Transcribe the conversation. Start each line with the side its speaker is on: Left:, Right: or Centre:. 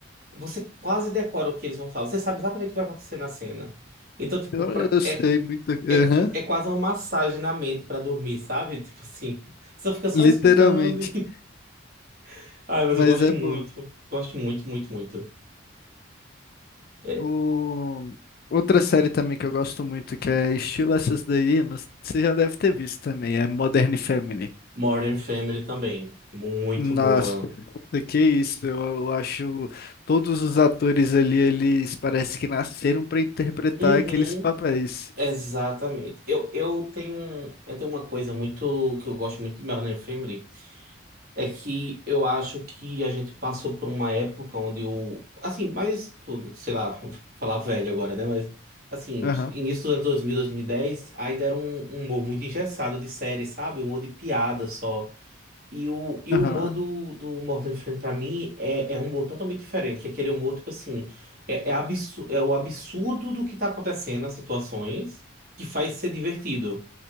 Right: Você quase decora o que eles vão falar. Você sabe exatamente o que vai acontecer na cena. Então, tipo,
Left: Eu,
Right: pra-
Left: eu sei
Right: é,
Left: muito. aham,
Right: é, é quase uma massagem na mente pra dormir, sabe? Tipo assim, <laughs> você fica só
Left: literalmente.
Right: escutando. e- <laughs> Ai, mas
Left: Mas
Right: eu gosto
Left: é
Right: muito.
Left: bom.
Right: Gosto muito, muito, muito. É,
Left: O... Outra série também que eu gosto muito, que é estilo essas daí, mas você já deve ter visto também, é Modern Family.
Right: Modern Family também. Muito
Left: Nossa,
Right: boa.
Left: que isso, eu acho todos os atores ali, eles parece que nasceram para interpretar
Right: Uhum,
Left: aqueles papéis.
Right: exatamente. Eu, eu tenho, um- eu tenho uma coisa muito que eu gosto muito de Modern Family. É que eu acho que a gente passou por uma época onde o. Assim, mais. pô, Sei lá, <laughs> vou falar velho agora, né? Mas. Assim,
Left: Aham,
Right: início dos anos 2000, 2010, ainda era um, um humor muito engessado de série, sabe? Um humor de piada só. E o, e
Left: aham.
Right: o humor do, do Morgan Freeman, pra mim, é, é um humor totalmente diferente. Que é aquele humor, tipo assim. É, é, absu- é o absurdo do que tá acontecendo, as situações, que faz ser divertido.